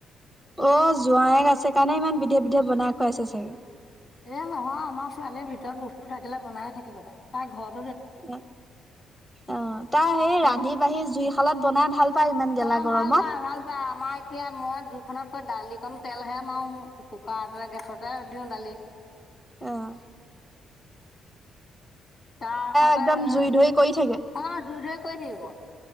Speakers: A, in the centre; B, on the left.
A: অ, জোৱাইক আছে কাৰণে ইমান বিধে, বিধে বনাই খুৱাইছে চাগে।
B: এ, নহয় আমাৰ ছোৱালীৰ ভিতৰত বস্তু থাকিলে বনাই থাকিব পাৰে তাৰ ঘৰত।
A: অ', অ', তাৰ সেই
B: তে
A: ৰান্ধি, বাঢ়ি জুই খালাত বনাই ভাল। পায় ইমান গেলা
B: অ,
A: গৰমত।
B: ভাল পা, ভাল পা আমাৰ এতিয়া মই দুখননৰ দালিকণ তেলহে মাৰো মোৰ কুকাৰতে গেছতে দিওঁ দালি।
A: আহ।
B: তাৰ সতে
A: একদম
B: স,
A: জুই ধৰি কৰি থাকে।
B: অ, দুই, দই কৰি থাকিব।